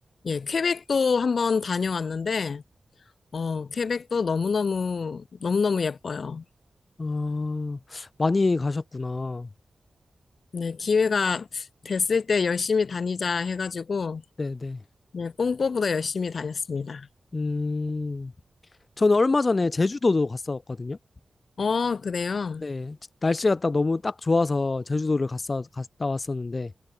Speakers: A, on the left; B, on the left.
A: 예, 퀘벡도 한번 다녀왔는데, 어, 퀘벡도 너무너무, 너무너무 예뻐요.
B: 어, 많이 가셨구나.
A: 네, 기회가 됐을 때 열심히 다니자 해가지고,
B: 네, 네.
A: 네, 뽕뽀보다 열심히 다녔습니다.
B: 음, 저는 얼마 전에 제주도도 갔었거든요.
A: 어, 그래요?
B: 네, 날씨가 딱 너무 딱 좋아서 제주도를 갔다, 갔다 왔었는데